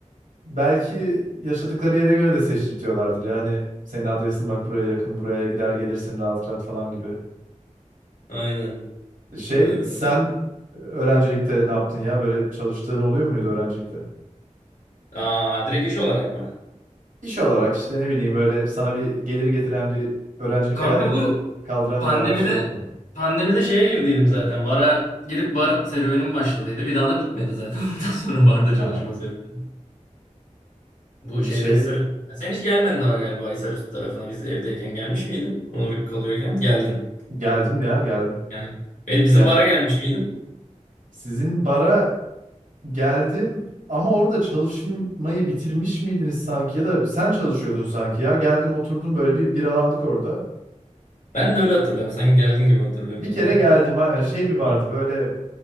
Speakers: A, on the right (about 90°); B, on the left (about 80°).
A: Belki yaşadıkları yere göre de seçtirtiyorlardır. Yani senin adresin bak buraya yakın, buraya gider gelirsin rahat rahat falan gibi.
B: Aynen.
A: E, Şey,
B: Aynen.
A: sen e, öğrencilikte ne yaptın ya? Böyle çalıştığın oluyor muydu öğrencilikte?
B: Aa direkt iş olarak mı?
A: İş olarak işte ne bileyim böyle sana bir gelir getiren bir öğrencilik
B: Kanka
A: hayatını
B: bu
A: kaldıran
B: Pandemide
A: ayağa bir şey oldu mu?
B: pandemide şeye girdiydim zaten. Bara girip bar serüvenim başladıydı. Bir daha da bitmedi zaten. <laughs> Ondan sonra barda çalışma
A: Ha.
B: serüveni. Bu
A: e, Şey
B: şeyde Hisar Sen hiç gelmedin ama galiba Hisarüstü tarafına biz evdeyken gelmiş miydin? Onur kalıyorken geldin.
A: geldim ya geldim.
B: Yani e, bizim
A: Gel.
B: bara gelmiş miydin?
A: Sizin bara Geldim ama orada çalışmayı bitirmiş miydiniz sanki ya da sen çalışıyordun sanki ya. Geldim oturdum böyle bir biralandık orada.
B: Ben de öyle hatırlıyorum. Sanki geldin gibi hatırlıyorum
A: Bir
B: bir
A: kere
B: kere.
A: geldim aynen şey bir vardı
B: Hı.
A: böyle